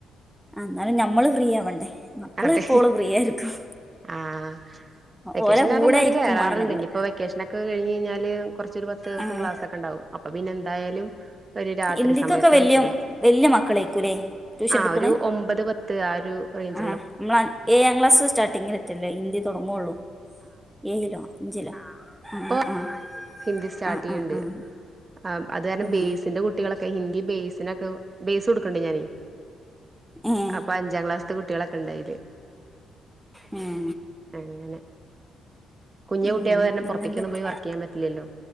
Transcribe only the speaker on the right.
അതെ
ആഹ് വെക്കേഷൻ
കാരണം
എല്ലാരും
കേറാറുണ്ട്
ഇനിയിപ്പ വെക്കേഷനൊക്കെ കഴിഞ്ഞ് കഴിഞ്ഞാല് കൊറച്ചൊരു പത്ത് ദിവസം
ക്ലാസൊക്കെ ഉണ്ടാവും അപ്പൊ പിന്നെ എന്തായാലും ഒരു രാത്രി
സമയത്തേ
പറ്റുള്ളൂ
ആഹ്
ഒരു ഒമ്പത് പത്ത് ആ ഒരു റേഞ്ച്
ഇപ്പൊ
ഹിന്ദി സ്റ്റാർട്ടെയ്യണ്ട്
ആഹ് അതാരണം
<unintelligible> കുട്ടികളൊക്കെ ഹിന്ദി ബേ്സിനൊക്കെ ബേസ് കൊടുക്കണ്ട് ഞാന്
അപ്പൊ അഞ്ചാം ക്ലാസ്ത്തെ കുട്ടികളൊക്കെ ഇണ്ടയില്
അങ്ങനെ കുഞ്ഞു
കുട്ടിയെ കാരണം
പുറത്തേക്കൊന്നും പോയി വർക്ക് ചെയ്യൻ പറ്റില്ലല്ലോ